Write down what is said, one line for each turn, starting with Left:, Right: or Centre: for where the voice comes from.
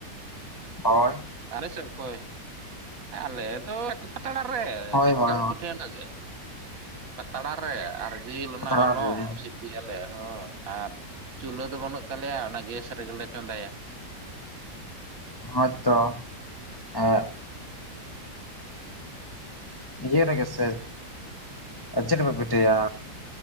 Left: ᱦᱳᱭ
Right: ᱟᱞᱮ ᱥᱮ ᱚᱠᱚᱭ ᱟᱞᱮ ᱫᱚ ᱯᱟᱛᱲᱟ ᱨᱮ
Left: ᱦᱳᱭ
Right: ᱪᱮᱫ ᱞᱮᱠᱟ
Left: ᱦᱳᱭ
Right: ᱞᱮ ᱯᱤᱴᱷᱟᱹᱭ ᱚᱱᱟᱜᱮ ᱯᱟᱛᱲᱟ ᱨᱮ ᱟᱨ ᱡᱤᱞ ᱚᱱᱟ
Left: ᱦᱳᱭ
Right: ᱦᱚᱞᱚᱝ ᱥᱤᱯᱼᱼ ᱯᱤᱭᱟᱞᱮ ᱦᱚᱸ ᱟᱨ ᱪᱩᱞᱦᱟᱹ ᱫᱚ ᱵᱟᱹᱱᱩᱜ ᱛᱟᱞᱮᱭᱟ ᱚᱱᱟ ᱜᱮᱥ ᱨᱮᱜᱮᱞᱮ ᱪᱚᱸᱫᱟᱭᱟ
Left: ᱦᱳᱭ ᱛᱚ ᱮᱸᱫ ᱤᱭᱟᱹᱨᱮᱜᱮ ᱥᱮᱼᱼ ᱪᱮᱫ ᱯᱮ ᱯᱤᱴᱷᱟᱹᱭᱟ